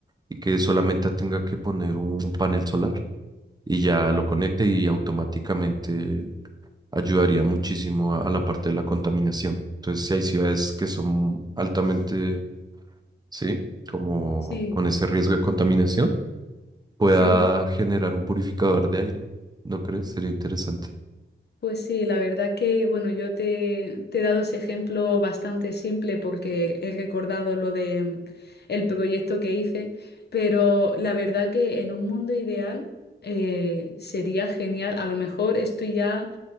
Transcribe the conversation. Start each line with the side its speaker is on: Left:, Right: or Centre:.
Right: y que solamente tenga que poner un panel solar y ya lo conecte y automáticamente ayudaría muchísimo a, a la parte de la contaminación. Entonces, si hay ciudades que son altamente, sí, como
Left: Sí,
Right: con ese riesgo de contaminación pueda
Left: sí,
Right: generar un purificador de aire. ¿No crees? Sería interesante.
Left: pues sí, la verdad que, bueno, yo te, te he dado ese ejemplo bastante simple porque he recordado lo de mm, el proyecto que hice, pero la verdad que en un mundo ideal eh, sería genial. A lo mejor estoy ya